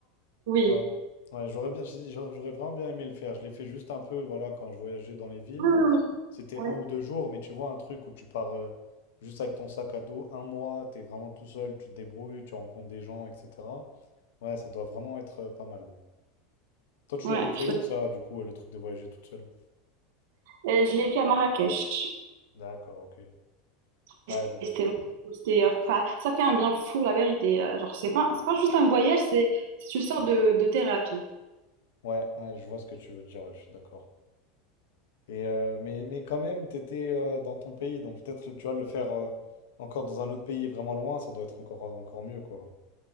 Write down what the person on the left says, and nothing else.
Ouais, ouais, j'aurais bien, si, si, j'aurais j'aurais vraiment bien aimé le faire. Je l'ai fait juste un peu, voilà, quand je voyageais dans les villes.
C'était
un ou deux jours, mais tu vois, un truc où tu pars euh, juste avec ton sac à dos un mois, t'es vraiment tout seul, tu te débrouilles, tu rencontres des gens, etc. Ouais, ça doit vraiment être euh, pas mal. Toi, tu
l'avais fait
où, ça, du coup, euh, le truc de voyager toute seule?
D'accord, ok.
Ouais, donc,
ouais, ouais, je vois ce que tu veux dire, ouais, je suis d'accord. Et euh, mais, mais quand même, tu étais euh, dans ton pays, donc peut-être tu vas le faire euh, encore dans un autre pays vraiment loin, ça doit être encore, euh, encore mieux, quoi.